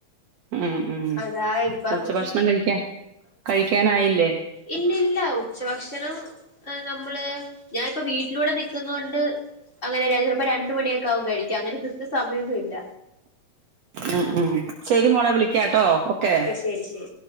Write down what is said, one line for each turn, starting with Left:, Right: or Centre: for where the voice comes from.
Right: ഉം ഉം
Left: അതാ ഇപ്പ
Right: ഉച്ച
Left: പിന്നെ
Right: ഭക്ഷണം കഴിക്കാൻ കഴിക്കാനായില്ലേ
Left: ഇല്ല ഇല്ല ഉച്ചഭക്ഷണം എ നമ്മള് ഞാൻ ഇപ്പം വീട്ടിലൂടെ നിക്കുന്നോണ്ട് അങ്ങനെ ര ചെലപ്പോ രണ്ട് മണിയൊക്കെ ആകും കഴിക്കാൻ അങ്ങനെ ക്രിത്യ സ മയൊന്നും ഇല്ല
Right: ഉം ഉം ശരി മോളെ വിളിക്കാട്ടോ ഓക്കെ
Left: ശരി ശരി